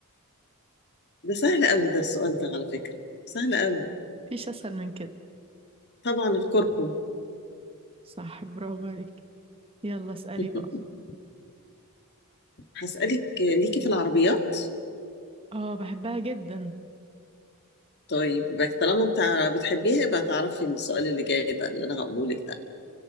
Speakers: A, on the left; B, on the right.
A: ده سهل قوي ده السؤال ده على فكرة سهل قوي
B: مفيش اسهل من كده
A: طبعا الكركم
B: صح برافو عليك يلا اسالي
A: <laughs>
B: بقى
A: هسألك ليكي في العربيات
B: اه بحبها جدا
A: طيب يبقى طالما بتاع بتحبيها يبقى تعرفي السؤال اللي جاي ده اللي انا هقوله لك ده